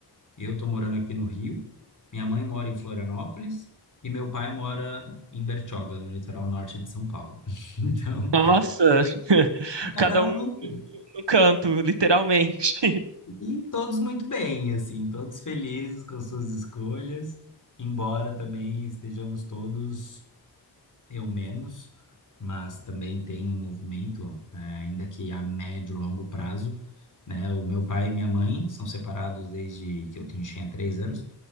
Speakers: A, on the left; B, on the right.
A: Eu estou morando aqui no Rio. Minha mãe mora em Florianópolis e meu pai mora em Bertioga, no litoral norte de São Paulo. <laughs> Então,
B: Nossa, <laughs>
A: cada
B: cada
A: um
B: um
A: num canto.
B: no canto, literalmente.
A: E todos muito bem, assim, todos felizes com suas escolhas embora também estejamos todos Eu menos, mas também tem um movimento, eh, ainda que a médio e longo prazo, né? O meu pai e minha mãe são separados desde que eu tinha tinha três anos,